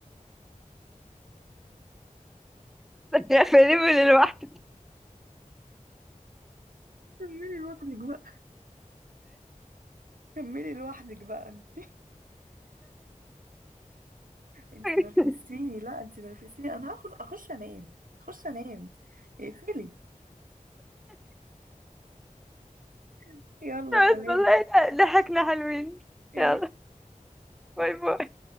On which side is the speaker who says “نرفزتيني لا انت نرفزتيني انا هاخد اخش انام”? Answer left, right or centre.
Right